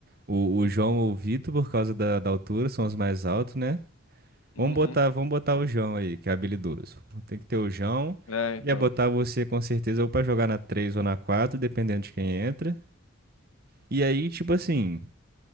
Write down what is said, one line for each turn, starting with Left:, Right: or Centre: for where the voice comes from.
Right: O, o João ou o Vitor, por causa da, da altura, são os mais altos, né?
Left: Uhum.
Right: Vamos botar, vamos botar o João aí, que é habilidoso. Tem que ter o João.
Left: É, então.
Right: Ia botar você com certeza ou pra jogar na 3 ou na 4 dependendo de quem entra. E aí, tipo assim,